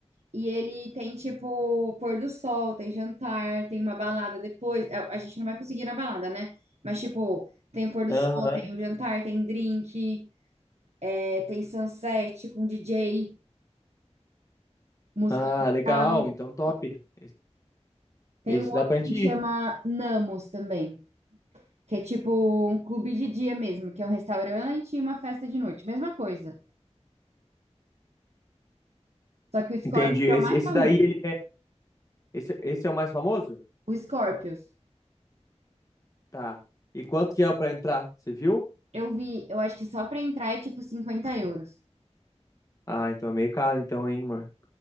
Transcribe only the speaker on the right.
E ele tem, tipo, pôr do sol, tem jantar, tem uma balada depois. A a gente não vai conseguir ir na balada, né? Mas, tipo, tem o pôr do
sol, tem o jantar, tem drink, é, tem sunset com DJ, música
local.
Tem
um outro
que chama
Namos também, que é tipo um clube de dia mesmo, que é um restaurante e uma festa de noite. Mesma coisa. Só que o Scorpios
é o mais
famoso.
O Scorpios.
Eu vi, eu acho que só pra entrar é tipo 50 euros.